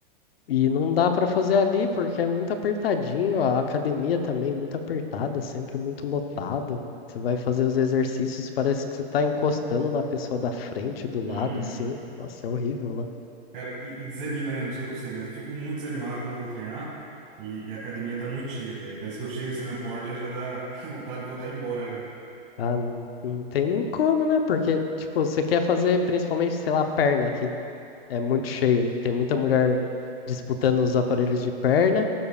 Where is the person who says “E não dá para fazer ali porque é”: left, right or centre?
Left